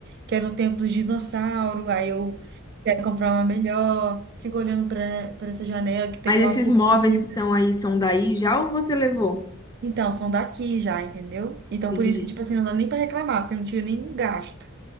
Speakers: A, on the right (about 50°); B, on the left (about 15°).
A: que é no tempo dos dinossauros. Aí eu quero comprar uma melhor. Fico olhando pra, pra essa janela que tem
B: Mas
A: uma
B: esses
A: cortina.
B: móveis que estão aí são daí já ou você levou?
A: Então, são daqui já, entendeu? Então,
B: Entendi.
A: por isso que, tipo assim, não dá nem pra reclamar, porque eu não tive nenhum gasto.